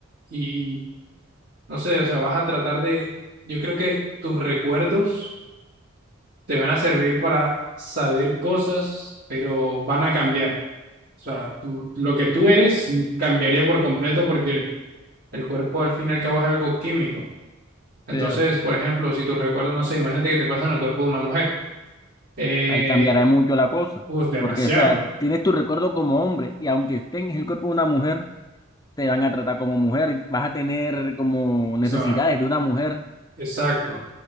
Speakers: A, on the right; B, on the left.
A: y no sé, o sea, vas a tratar de, yo creo que tus recuerdos te van a servir para saber cosas, pero van a cambiar. O sea, tú- lo que tú eres cambiaría por completo porque El cuerpo al fin y al cabo es algo químico. Entonces,
B: cierto.
A: por ejemplo, si tus recuerdos, no sé, imagínate que te pasa en el cuerpo de una mujer. Eh,
B: Ahí cambiará mucho la cosa,
A: pues demasiado.
B: porque, o sea, tienes tu recuerdo como hombre y aunque tengas el cuerpo de una mujer, te van a tratar como mujer, vas a tener como necesidades
A: O sea,
B: de una mujer.
A: exacto.